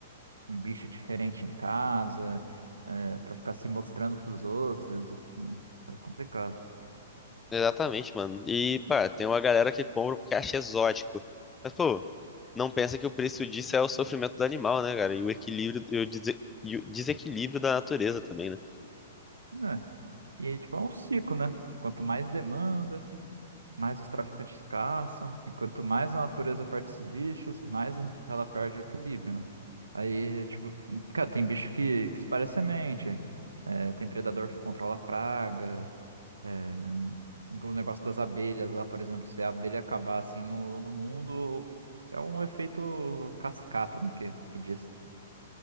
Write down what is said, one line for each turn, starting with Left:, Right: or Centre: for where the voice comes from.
Right: um bicho diferente em casa, é, para ficar se mostrando pros outros, né? É complicado.
Left: Exatamente, mano. E, pá, tem uma galera que compra porque acha exótico. Mas, pô, não pensa que o preço disso é o sofrimento do animal, né, cara? E o equilíbrio, e o, dese- e o desequilíbrio da natureza também, né?
Right: É. E aí, tipo, é um ciclo, né? Quanto mais demanda, mais os traficantes caçam, e quanto mais a natureza perde esses bichos, mais ela perde o equilíbrio, né? Aí, tipo, cara, tem bicho que, que espalha semente, é, tem predador que controla a praga, É, o negócio das abelhas lá, por exemplo, se a abelha acabar assim no, no mundo, é um efeito cascata, né? Que, que diz.